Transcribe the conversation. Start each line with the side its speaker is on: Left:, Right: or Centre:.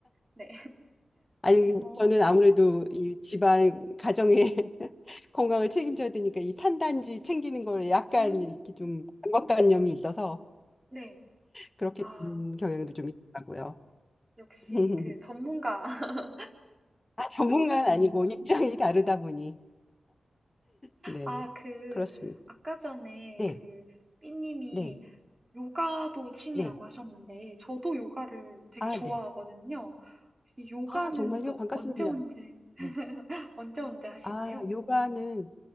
Right: 네.
Left: 아니,
Right: 어,
Left: 저는 아무래도 이 집안 가정의 <laughs> 건강을 책임져야 되니까 이 탄단지 챙기는 거에 약간
Right: 음,
Left: 이렇게 좀 강박관념이 있어서
Right: 네.
Left: 그렇게
Right: 아,
Left: 되는 경향도 좀 있더라고요.
Right: 역시
Left: <laughs>
Right: 그 전문가시네요.
Left: 아, 전문가는 아니고 입장이 다르다
Right: <laughs> 음.
Left: 보니. 네,
Right: 아, 그,
Left: 그렇습니다.
Right: 아까 전에
Left: 네,
Right: 그, 삐님이
Left: 네,
Right: 요가도 취미라고
Left: 네.
Right: 하셨는데, 저도 요가를 되게
Left: 아,
Right: 좋아하거든요.
Left: 네.
Right: 혹시 요가는
Left: 아, 정말요?
Right: 또
Left: 반갑습니다.
Right: 언제 언제, <laughs>
Left: 네.
Right: 언제 언제 하시나요?
Left: 아, 요가는,